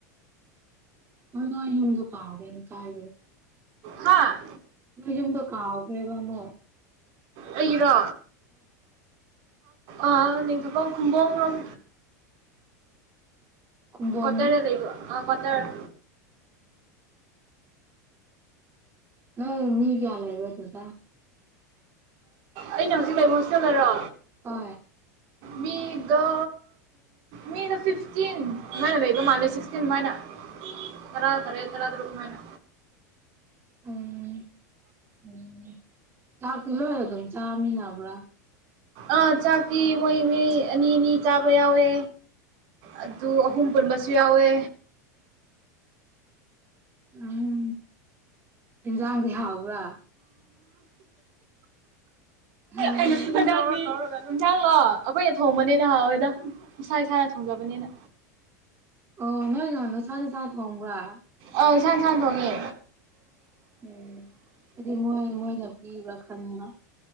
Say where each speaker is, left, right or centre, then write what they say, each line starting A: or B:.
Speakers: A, on the right; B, on the right.
A: ꯎꯝ ꯑ ꯏꯩꯅ ꯀꯥꯕꯅ ꯀꯥꯏ
B: ꯍꯥꯥ
A: ꯌꯕ ꯀꯥꯎꯈ꯭ꯔꯦꯕꯃꯣ
B: ꯑꯩꯔꯣ ꯑ ꯅꯤꯡꯀ ꯀꯨꯝꯕ ꯔꯣꯝ
A: ꯈꯨꯝꯕꯣꯡ
B: ꯀꯇꯥꯔ ꯂꯩ ꯏꯒ ꯑ ꯀꯇꯥꯔ
A: ꯅ ꯃꯤ ꯀꯌꯥꯂ ꯑꯣꯏꯕ ꯊꯗ
B: ꯑꯩꯅ ꯍꯧꯖꯤꯛ ꯂꯩꯕ ꯍꯣꯁꯇꯦꯜ ꯂꯩꯔꯣ
A: ꯍ
B: ꯃꯤꯗ ꯃꯤꯗ ꯐꯤꯐꯇꯤꯟ ꯃꯣꯏꯅ ꯂꯩꯕ ꯃꯥꯜꯂꯦ ꯁꯤꯛꯁꯇꯤꯟ ꯃꯥꯏꯅ ꯇꯔꯥ ꯇꯔꯦ ꯇꯔꯥ ꯇꯔꯨꯛ ꯃꯥꯏꯅ
A: ꯎꯝ ꯎꯝ ꯆꯥꯛꯇꯤ ꯂꯣꯏꯔ ꯑꯗꯨꯝ ꯆꯥꯃꯤꯟꯅꯕ꯭ꯔꯥ
B: ꯑꯥ ꯆꯥꯛꯇ ꯃꯣꯏ ꯃꯤ ꯑꯅꯤ ꯑꯅꯤ ꯆꯥꯕ ꯌꯥꯎꯋꯦ ꯑꯗꯨ ꯑꯍꯨꯝ ꯄꯨꯟꯕꯁꯨ ꯌꯥꯎꯋꯦ
A: ꯎꯝ ꯏꯟꯖꯥꯡꯁ ꯍꯥꯎꯕ꯭ꯔꯥ ꯎꯝ
B: ꯩꯅ ꯏꯟꯁꯥꯡꯂꯣ ꯑꯩꯈꯣꯏꯅ ꯊꯣꯡꯕꯅꯦꯅ ꯍꯥꯎꯋꯦꯗ ꯏꯁꯥ ꯏꯁꯥꯅ ꯊꯣꯡꯖꯕꯅꯤꯅ
A: ꯑꯣ ꯅꯣꯏ ꯅꯣꯏ ꯅꯨꯡꯁꯥ ꯅꯨꯡꯁꯥ ꯊꯣꯡꯕ꯭ꯔ
B: ꯑꯧ ꯏꯁꯥꯥꯟ ꯏꯁꯥꯅ ꯊꯣꯡꯉꯦ
A: ꯎꯝ ꯍꯥꯏꯗꯤ ꯃꯣꯏ ꯃꯣꯏꯅ ꯄꯤꯕ꯭ꯔꯥ ꯈꯟꯕ